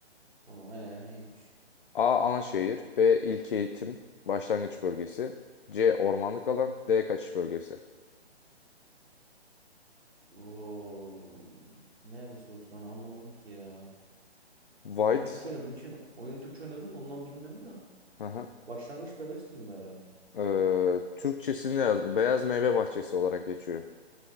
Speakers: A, on the right; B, on the left.
A: Tamam ee, neymiş?
B: A. Ana şehir. B. İlköğitim. Başlangıç bölgesi. C. Ormanlık alan. D. Kaçış bölgesi.
A: Oo, neresi olsun ben anlamadım ki ya.
B: White.
A: Oyun Türkçe oynadığım için oyun Türkçe oynadım da ondan bilmiyorum da.
B: Aha.
A: Başlangıç bölgesi diyeyim bari.
B: Ee, Türkçesini yazdım. Beyaz meyve bahçesi olarak geçiyor.